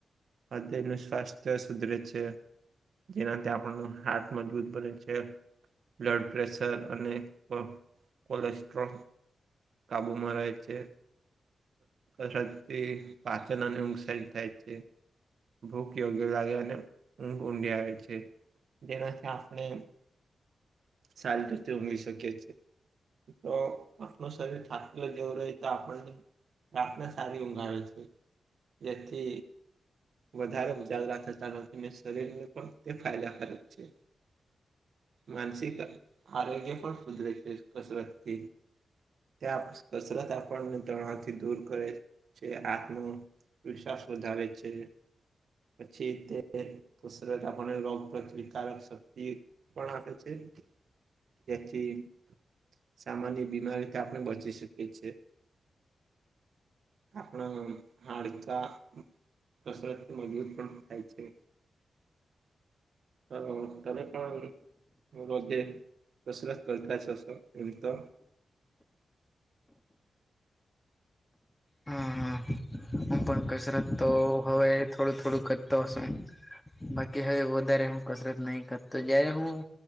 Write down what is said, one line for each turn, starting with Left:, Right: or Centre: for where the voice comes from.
Right: હૃદય ન સ્વાસ્થ્ય સુધરે છે જેનાથી આપણનો હાથ મજબૂત બને છે બ્લડ પ્રેશર અને કોલેસ્ટ્રોલ કાબુમાં રહે છે કસરથી પાચન અને ઉંગ સારી થાય છે ભૂખ યોગ્ય લાગે અને ઊંઘ ઊંડી આવે છે જેનાથી આપણે સારી રીતે ઉમેરી શકીએ છીએ તો પણું શરીર થાલેલુ જેવું રહે તો આપણને રાતને સારી ઊંઘ આવે છે વ્યક્તિ વધારે ઉજાગરા થતા નથીને શરીરને પણ તે ફાયદાકારક છે માનસિક આરોગ્ય પણ સુધરે છે કસરતથી ત્યાં કસરત આપણને તણાવથી દૂર કરે છે છે આત્નો વિશ્વાસ વધારે છે પછી તે કુરત આપણે રોગ પ્રતિકારક શક્તિ પણ આવે છે તથી સામાન્ય બીમારીથી આપણે બચી શકીએ છીએ પછ આપણા હાડતા કસરત થી મજબૂત પણ થાય છે હ તમે પણ રોજે દસર કરદ છે એતા
Left: હા હા હું પણ કસરત તો હવે થોડું થોડું કરતો હશ બાકી હવે વધારે હું કસરત નહી કરતો જય્યારે હું